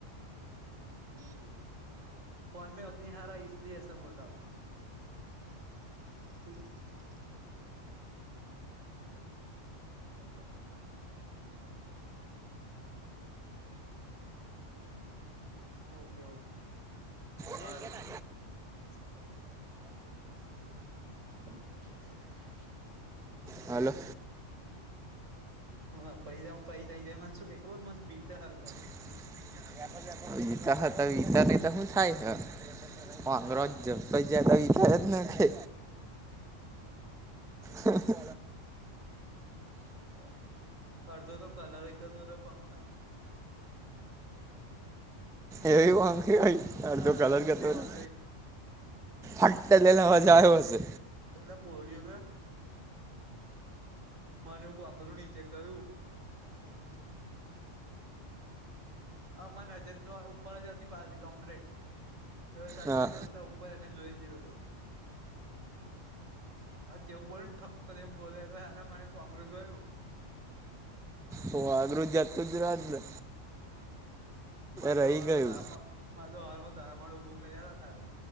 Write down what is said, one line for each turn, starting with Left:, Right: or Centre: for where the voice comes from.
Right: હ ન ભાઈ ફોન મે નની હારા લીય હસ બોલ રહા હું તે હું ધર કરલો <unintelligible> ઓકે ઓકે
Centre: એ
Right: હાલો
Centre: કે ના
Right: <unintelligible>
Centre: હાલો.
Right: હ પૈ પૈ તહી જ મ શું કે ખબર મન બીતા હ
Centre: <unintelligible> વિતા હતા વિતા નહતા શું થાય છેંગ્રજ
Right: તા
Centre: પછ જ વિ થાય જ ને કે.
Right: <unintelligible>
Centre: હા.
Right: હ અડધો તો કલર કરતો હતો પંખા ન.
Centre: એવી વામાંગી ભાઈ અડધો
Right: તા
Centre: કલર
Right: જબરી
Centre: કેતો
Right: વાંગરી
Centre: ને હાટ લને મજા આવ હશે.
Right: એલે બોલીયો ને. મને એવું આંગરું નીચે ગયું. આમાં નજર તો ઉપર જ હતી પાસે કમ્પ્લીટ સર્ટ
Centre: હા
Right: પહેરતોને ત્યાં. ઉપર એને જોઈ જ્યો હતો. આ જેવું બોલ ને ઠક એમ બોલે હાર મારે કોંગ્રેસ ગયું.
Centre: તો આૃ જત જ આલે.
Right: મારે
Centre: રહી
Right: તો હવારમાં
Centre: ગયું.
Right: દવાખા મારે તો હવારમાં દવાખાનું ઉભું કર્યા તારું